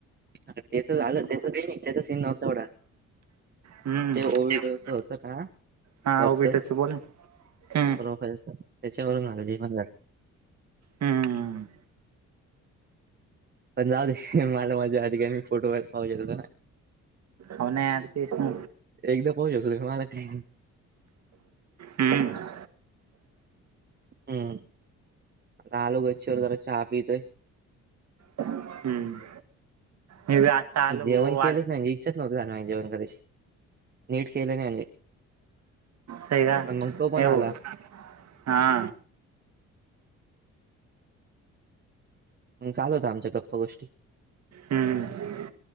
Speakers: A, on the right; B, on the right.
A: अरं तेच झालं त्याचं काही नाही त्याचा सीन नव्हता एवढा.
B: हम्म
A: ते ओविडोच होतं ना
B: हा
A: वरच
B: ओबीटच बोला हम्म
A: प्रोफाइलच त्याच्यावरून जे पण घडलं.
B: हम्म.
A: पण जाऊ दे मला माझ्या अधी मी फोटो काढु पाहू शकतो ना
B: होना यार तेच ना.
A: एकदा पाहू शकलो मी मला काय
B: हम्म.
A: हम्म. आता आलो गच्चीवर जरा चहा पीतोय.
B: हम्म मी बी आता आलो
A: जेवण
B: भाऊ
A: केलंच नाही. इच्छाच नव्हती जेवण करायची. नीट केलं नाही.
B: सही का नाही
A: आणि मग तो पण आला
B: भाऊ हा.
A: मग चालू होत्या आमच्या गप्प गोष्टी.
B: हम्म